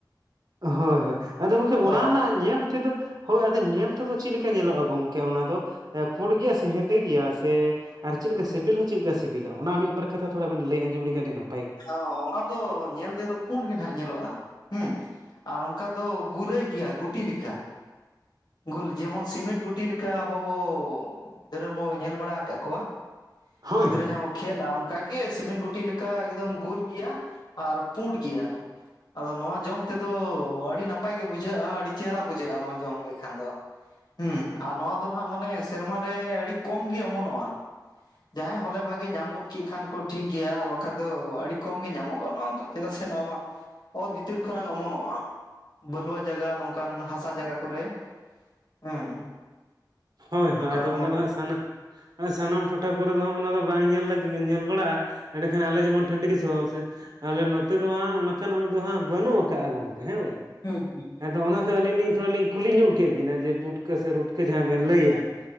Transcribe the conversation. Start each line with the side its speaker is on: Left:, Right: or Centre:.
Right: ᱦᱳᱭ ᱦᱳᱭ ᱟᱫᱚ ᱜᱚᱝᱠᱮ
Left: ᱦᱳᱭ
Right: ᱚᱱᱟ ᱨᱮᱱᱟᱜ ᱧᱮᱞ ᱛᱮᱫᱚ ᱦᱳᱭ ᱟᱫᱚ ᱧᱮᱞ ᱛᱮᱫᱚ ᱪᱮᱫ ᱞᱮᱠᱟ ᱧᱮᱞᱚᱜ-ᱟ ᱜᱚᱝᱠᱮ ᱚᱱᱟ ᱫᱚ ᱯᱩᱸᱰ ᱜᱮᱭᱟ ᱥᱮ ᱦᱮᱸᱫᱮ ᱜᱮᱭᱟ ᱥᱮ ᱟᱨ ᱪᱮᱫ ᱞᱮᱠᱟ ᱥᱤᱵᱤᱞ ᱦᱚᱸ ᱪᱮᱫ ᱞᱮᱠᱟ ᱥᱤᱵᱤᱞᱟ ᱚᱱᱟ ᱢᱤᱫ ᱵᱟᱨ ᱠᱟᱛᱷᱟ ᱛᱷᱚᱲᱟ ᱵᱮᱱ ᱞᱟᱹᱭ ᱟᱡᱚᱢ ᱞᱮᱠᱷᱟᱱ ᱟᱹᱰᱤ ᱱᱟᱯ?
Left: ᱚ ᱚᱱᱟ ᱫᱚ ᱧᱮᱞ ᱛᱮᱫᱚ ᱯᱩᱸᱰ ᱜᱮ ᱱᱟᱜ ᱧᱮᱞᱚᱜ ᱟ ᱦᱩᱸ ᱟᱨ ᱚᱱᱠᱟ ᱫᱚ ᱜᱩᱨᱟᱹᱭ ᱜᱮᱭᱟ ᱜᱩᱴᱤ ᱞᱮᱠᱟ ᱜᱳᱞ ᱡᱮᱢᱚᱱ ᱥᱤᱢᱮᱱᱴ ᱜᱩᱴᱤ ᱞᱮᱠᱟ ᱟᱵᱚ ᱵᱚ ᱜᱤᱫᱽᱨᱟᱹ ᱵᱚ ᱧᱮᱞ ᱵᱟᱲᱟ ᱟᱠᱟᱫ ᱠᱚᱣᱟ
Right: ᱦᱳᱭ
Left: ᱜᱤᱫᱽᱨᱟᱹ
Right: ᱦᱳᱭ
Left: ᱡᱟᱦᱟ ᱠᱷᱮᱞᱟ ᱚᱱᱠᱟᱜᱮ ᱥᱤᱢᱮᱱᱴ ᱜᱷᱩᱴᱤ ᱞᱮᱠᱟ ᱮᱠᱫᱚᱢ ᱜᱩᱞ ᱜᱮᱭᱟ ᱟᱨ ᱯᱩᱸᱰ ᱜᱮᱭᱟ᱾ ᱟᱫᱚ ᱱᱚᱣᱟ ᱡᱚᱢ ᱛᱮᱫᱚ ᱟᱹᱰᱤ ᱱᱟᱯᱟᱭ ᱜᱮ ᱵᱩᱡᱷᱟᱹᱜ-ᱟ ᱟᱹᱰᱤ ᱪᱮᱦᱚᱨᱟ ᱵᱩᱡᱷᱟᱹᱜ-ᱟ ᱱᱚᱣᱟ ᱡᱚᱢ ᱞᱟᱹᱜᱤᱫ ᱠᱷᱟᱱ ᱫᱚ ᱦᱩᱸ ᱟᱨ ᱱᱚᱣᱟ ᱫᱚ ᱱᱟᱜ ᱢᱟᱱᱮ ᱥᱮᱨᱢᱟ ᱨᱮ ᱟᱹᱰᱤ ᱠᱚᱢ ᱜᱮ ᱚᱢᱚᱱᱚᱜ-ᱟ᱾ ᱡᱟᱦᱟᱸᱭ ᱦᱚᱞᱮ ᱵᱷᱟᱜᱮ ᱧᱟᱢ ᱜᱚᱫ ᱠᱮᱫ ᱠᱷᱟᱱ ᱠᱚ ᱴᱷᱤᱠ ᱜᱮᱭᱟ ᱟᱨ ᱵᱟᱠᱷᱟᱡ ᱫᱚ ᱟᱹᱰᱤ ᱠᱚᱢ ᱜᱮ ᱧᱟᱢᱚᱜ-ᱟ ᱱᱚᱣᱟ ᱫᱚ᱾ ᱪᱮᱫᱟᱜ ᱥᱮ ᱱᱚᱣᱟ ᱢᱟ ᱚᱛ ᱵᱷᱤᱛᱤᱨ ᱠᱷᱚᱱᱟᱝ ᱚᱢᱚᱱᱚᱜ-ᱟ᱾ ᱵᱟᱹᱞᱩᱣᱟᱹ ᱡᱟᱭᱜᱟ ᱱᱚᱝᱠᱟᱱ ᱦᱟᱥᱟ ᱡᱟᱭᱜᱟ ᱠᱚᱨᱮ ᱦᱮᱸ
Right: ᱦᱳᱭ ᱦᱳᱭ
Left: ᱱᱚᱝᱠᱟ
Right: ᱟᱫᱚ
Left: ᱚᱢᱚᱱᱚᱜ
Right: ᱚᱱᱟ ᱫᱚ ᱦᱟᱸᱜ ᱥᱟᱱᱟ ᱥᱟᱱᱟᱢ ᱴᱚᱴᱷᱟ ᱠᱚᱨᱮ ᱫᱚ ᱦᱟᱸᱜ ᱚᱱᱟ ᱫᱚ ᱵᱟᱝ ᱧᱮᱞ ᱞᱟᱹᱜᱤᱫ ᱧᱮᱞ ᱵᱟᱲᱟᱜ-ᱟ᱾ ᱮᱸᱰᱮᱠᱷᱟᱱ ᱟᱞᱮ ᱡᱮᱢᱚᱱ ᱴᱟᱺᱰᱤ ᱫᱤᱥᱚᱢ ᱦᱚᱨ ᱥᱮ ᱛᱟᱦᱞᱮ ᱱᱚᱛᱮ ᱫᱚ ᱦᱟᱸᱜ ᱚᱱᱠᱟᱱ ᱩᱵ ᱫᱚ ᱦᱟᱸᱜ ᱵᱟᱹᱱᱩᱜ ᱟᱠᱟᱜ-ᱟ ᱜᱚᱢᱠᱮ ᱦᱳᱭ
Left: ᱦᱩᱸ ᱦᱩᱸ
Right: ᱦᱮᱸᱫᱚ ᱚᱱᱟ ᱟᱹᱞᱤᱧ ᱞᱤᱧ ᱛᱷᱚᱲᱟ ᱞᱤᱧ ᱠᱩᱞᱤ ᱧᱚᱜ ᱠᱮᱫ ᱵᱤᱱᱟ ᱡᱮ ᱯᱩᱴᱠᱟᱹ ᱥᱮ ᱨᱩᱴᱠᱟᱹ ᱡᱟᱦᱟᱸ ᱵᱮᱱ ᱞᱟᱹᱭᱟ᱾